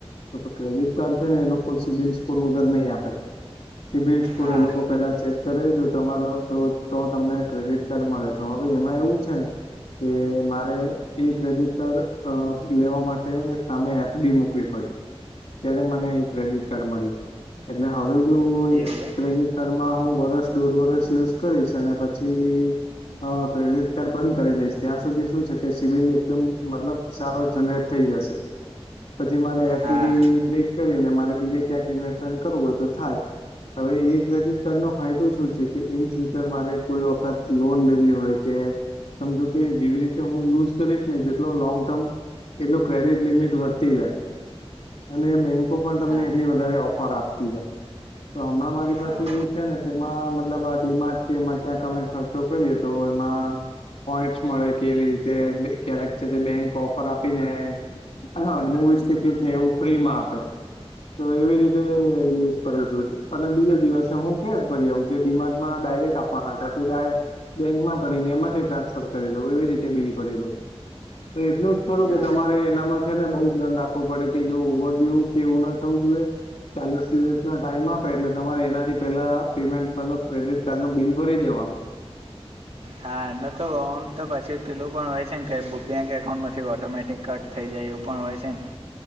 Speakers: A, on the left; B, on the right.
A: તો ક્રેડિટ કાર્ડ છે ને એ લોકો સિબિલ સ્કોર વગર નહીં આપે સ બિિલ્સ પૂરે
B: હા
A: લોકો પેલા ચેક કરે જો તમારો જો તો તમને ક્રેડિટ કાર્ડ મળે તો હવે એમાં એવું છેને કે મારે એ ક્રેડિટ કાર્ડ અ લેવા માટે સામે એફડી મુૂકવી પડી ત્યારે મને એ ક્રેડિટ કાર્ડ મળ્યું એટલે હવે જો એક
B: એવું એમ
A: ક્રેડિટ કાર્ડમાં હું વરસ દોઢ વરસ યુઝ કરીશ અને પછી હ ક્રેડિટ કાર્ડ બંધ કરી દઈશ ત્યાં સુધી શું છે કે સિબિલ એકદમ મતલબ સારો જનરેટ થઈ જશે પછી મારે એફડીબી
B: હા
A: બ્રેક કરીને મારે બીજે ક્યાંક ઇન્વેસ્ટમેન્ટ કરવું હોય તો થાય હવે એ ક્રેડિટ કાર્ડ નો ફાયદો શું છે કે ઇન મારે કોઈ વખત લોન લેવી હોય છે સમજો કે જેવી રીતે હું યુઝ કરીશ ને જેટલો લોંગ ટર્મ એટલું ક્રેડિટ લિમિટ વધતી જાય અને બેન્કો પણ તમને
B: હા
A: એટલી વધારે ઓફર આપતી જ તો હમણાં મારી પાસે
B: હા
A: જે છે ને તેમાં મતલબ આ ડીમા કે એમાં ક્યાંક અમે ખર્ચો કરીએ તો એમાં પોઈન્ટસ મળે કેવી રીતે ક્યારેક છે તે બેંક ઓફર આપી ને હા નવી સ્થિકિ જ નહી એવું ફ્રી માં આપે તો એવી રીતે યુઝ કરું અને બીજા દિવસે હું કેશ ભરી આવું છ ડિમાર્કમાં ડાયરેક્ટ વાના હતા ત ડાયક બેંકમાં ભરીને એમાંથી ટ્રાન્સફર કરી દઉ એવી રીતે બિલ ભરી દઉં તો એટલું જ ખરું
B: હા
A: કે તમારે એનામાં છે ને બઉુ ધ્યાન રાખવું પડે કે જો ઓવરડ્યુ કે એવું ના થવું જોઈએ ચાલીસ દિવસ ના ટાઈમ આપે એટલે તમારે એના થી પેલા પેમેન્ટ મતલબ ક્રેડિટ કાર્ડ ું બિલ ભરી દેવાનું
B: હા નતો આમ તો પછી પેલું પણ હોય છે ને કે બેંક એકાઉન્ટ નથી ઓટોમેટિક કટ થઈ જાય એવું પણ હોય છે ને